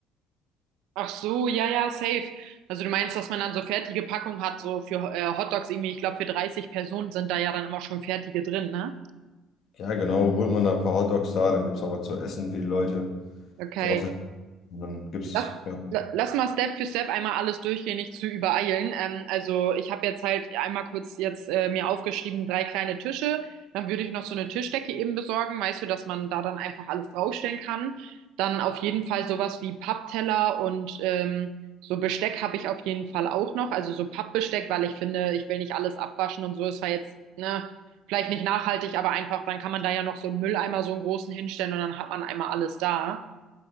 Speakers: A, on the right; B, on the left.
A: Ach so, ja, ja, safe. Also du meinst, dass man dann so fertige Packung hat, so für äh, Hotdogs irgendwie, ich glaube, für 30 Personen sind da ja dann immer schon fertige drin, ne?
B: Ja, genau, holt man da ein paar Hotdogs da, dann gibt es auch was zu essen für die Leute.
A: Okay.
B: Ist auch sehr, und dann gibt's,
A: Lass,
B: ja.
A: la- lass mal Step für Step einmal alles durchgehen, nicht zu übereilen. Ähm, also ich habe jetzt halt einmal kurz jetzt äh, mir aufgeschrieben, drei kleine Tische. Dann würde ich noch so eine Tischdecke eben besorgen, weißt du, dass man da dann einfach alles draufstellen kann. Dann auf jeden Fall sowas wie Pappteller und ähm, so Besteck habe ich auf jeden Fall auch noch. Also so Pappbesteck, weil ich finde, ich will nicht alles abwaschen und so. Es war jetzt, ne, vielleicht nicht nachhaltig, aber einfach, dann kann man da ja noch so einen Mülleimer so einen großen hinstellen und dann hat man einmal alles da